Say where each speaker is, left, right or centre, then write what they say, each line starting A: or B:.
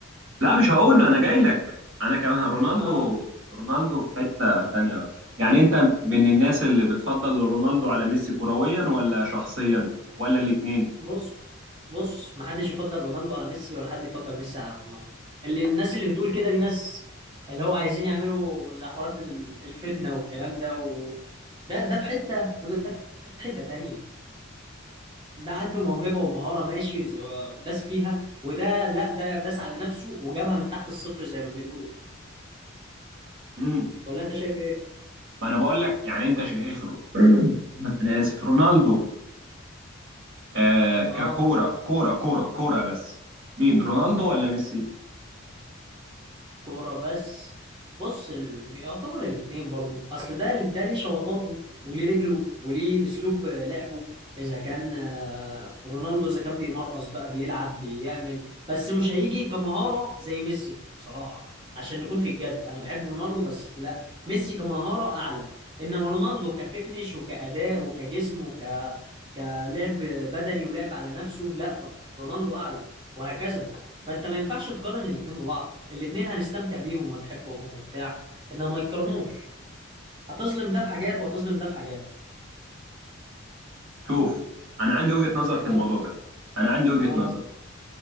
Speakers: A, on the right; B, on the right.
A: لا مش هقول له انا جاي لك انا كمان رونالدو
B: آه.
A: رونالدو في حتة تانية بقى يعني انت من الناس اللي بتفضل رونالدو على ميسي كرويا ولا شخصيا ولا الاتنين
B: بص بص محدش يفضل رونالدو على ميسي ولا حد يفضل ميسي على رونالدو اللي الناس اللي بتقول كده دي ناس اللي هو عايزين يعملوا زي حوارات ال- الفتنة والكلام ده و... ده ده في حتة وده في حتة تانية ده عنده موهبة ومهارة ماشي ز- داس فيها وده لا ده داس على نفسه وجابها من تحت الصفر زي ما بيقولوا
A: امم
B: ولا انت شايف ايه؟
A: ما انا بقول لك يعني انت شايف رو... <clears throat> انا اسف رونالدو آه ككورة
B: اه
A: كورة كورة كورة بس مين رونالدو ولا ميسي
B: كورة بس بص ال- يعتبر الاتنين برضه اصل ده ده ليه شوطاته وليه رجله وليه اسلوب لعبه اذا كان آه، رونالدو اذا كان بيمرقص بقى بيلعب بيعمل بس مش هيجي كمهارة زي ميسي بصراحة عشان نكون في الجد انا بحب رونالدو بس لا ميسي كمهارة اعلى انما رونالدو كفينش وكأداء وكجسم وك كلعب بدني ولعب على نفسه لا رونالدو اعلى وهكذا فانت ما ينفعش تقارن الاتنين ببعض الاتنين هنستمتع بيهم وهنحبهم وبتاع انما ما يتقارنوش هتظلم ده في حاجات وهتظلم ده في حاجات
A: شوف انا عندي وجهة نظر
B: ولا
A: في الموضوع ده انا عندي وجهة
B: اه
A: نظر